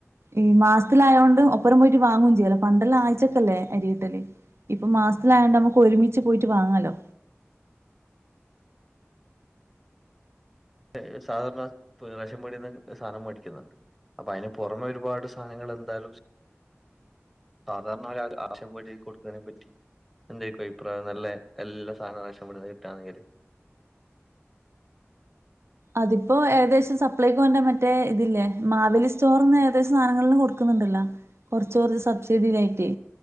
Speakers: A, on the right; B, in the centre.
A: ഈ മാസത്തിലായുണ്ട് ഒപ്പറം പോയിട്ട് വാങ്ങും ചെയ്യല്ല പണ്ടല്ലാം ആഴ്ചൊക്കല്ലേ അരി കീട്ടല് ഇപ്പം മാസത്തിലായണ്ട് നമുക്ക് ഒരുമിച്ച് പോയിട്ട് വാങ്ങല്ലോ
B: ഏ സാധാരണ റഷൻ പിടിന്ന് സാധനം മേടിക്കുന്നുണ്ട് അപ്പൊ അയിന് പുറമെ ഒരുപാട് സാനങ്ങൾ എന്താലും സാധാരണ ഒര് ആര് ആശപിടി കൊടുത്തെനെ പറ്റി എന്തരിക്കും അഭിപ്രായം നല്ലേ എല്ലാ സാന റേഷൻപിടിന്ന് കിട്ടുകന്നെങ്കില്
A: അതിപ്പോ ഏകദേശം സപ്ലൈക്കൊന്റെ മറ്റേ ഇതില്ലേ മാവലി സ്റ്റോറിന്ന് ഏകദേശം സാനങ്ങൾ എല്ലാം കൊടുക്കുന്നുണ്ടല്ലോ കുറച്ച് കുറച്ച് സബ്സിഡി ടായിറ്റ്